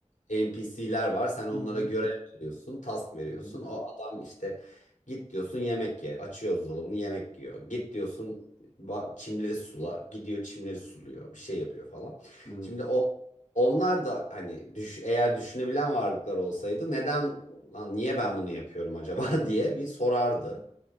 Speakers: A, on the left (about 85°); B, on the left (about 40°).
A: NPC'ler var. Sen onlara
B: Hı hı.
A: görev veriyorsun, task veriyorsun.
B: Hı hı.
A: O adam işte git diyorsun yemek ye. Açıyor buzdolabını yemek yiyor. Git diyorsun ba- çimleri sula. Gidiyor çimleri suluyor. Bir şey yapıyor falan.
B: Evet.
A: Şimdi o onlar da hani düş, eğer düşünebilen varlıklar olsaydı neden lan niye ben bunu yapıyorum acaba <laughs> diye bir sorardı.